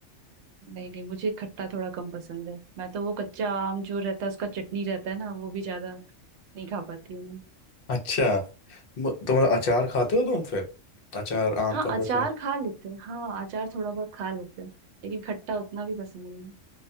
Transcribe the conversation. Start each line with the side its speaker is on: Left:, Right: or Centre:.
Right: नहीं नहीं मुझे खट्टा थोड़ा कम पसंद है मैं तो वो कच्चा आम जो रहता है उसका चटनी रहता है ना वो भी ज्यादा नहीं खा पाती हूँ मैं
Left: अच्छा म- तो मतलब अचार खाते हो तुम फिर अचार आम
Right: हाँ
Left: का
Right: अचार
Left: जो अचार
Right: खा लेते हैं हाँ अचार थोड़ा बहुत खा लेते हैं लेकिन खट्टा उतना भी पसंद नहीं